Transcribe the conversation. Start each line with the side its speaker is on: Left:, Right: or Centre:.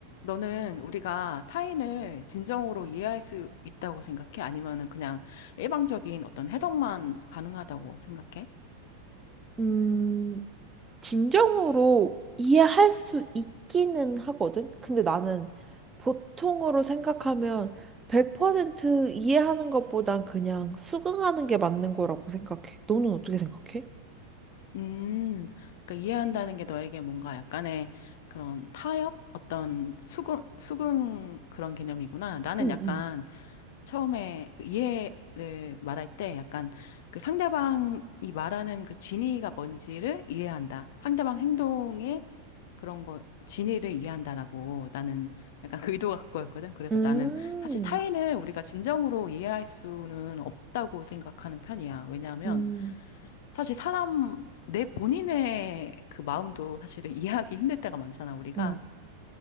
Left: 너는 우리가 타인을 진정으로 이해할 수 있다고 생각해? 아니면은 그냥 일방적인 어떤 해석만 가능하다고 생각해?
Right: 음, 진정으로 이해할 수 있기는 하거든? 근데 나는 보통으로 생각하면 100% 이해하는 것보단 그냥 수긍하는 게 맞는 거라고 생각해. 너는 어떻게 생각해?
Left: 음, 그러니까 이해한다는 게 너에게 뭔가 약간의 그런 타협? 어떤 수긍, 수긍 그런 개념이구나. 나는
Right: 응,
Left: 약간
Right: 응.
Left: 처음에 그 이해를 말할 때 약간 그 상대방이 말하는 그 진의가 뭔지를 이해한다. 상대방 행동의 그런 거, 진의를 이해한다라고 나는 약간 그 의도가 그거였거든. 그래서
Right: 음,
Left: 나는 사실 타인을 우리가 진정으로 이해할 수는 없다고 생각하는 편이야. 왜냐하면
Right: 음,
Left: 사실 사람, 내 본인의 그 마음도 사실은 이해하기 힘들 때가 많잖아, 우리가.
Right: 음.